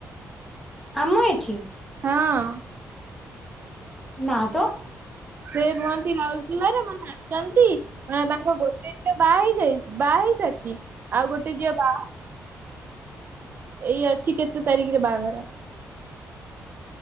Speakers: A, in the centre; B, on the right (about 40°).
A: ଆମ ଏଠି?
B: ହଁ
A: ନା ତ।
B: ସେ ରୁହନ୍ତି ରାଉରକେଲାରେ ମାନେ ଆସନ୍ତି ତାଙ୍କ ଗୋଟେ ଝିଅ ବାହା ହେଇଯାଇଛି ବାହା ହେଇ ସାରିଛି ଆଉ ଗୋଟେ ଝିଅ ବାହା ଏଇ ଅଛି କେତେ ତାରିଖରେ ବାହାଘର।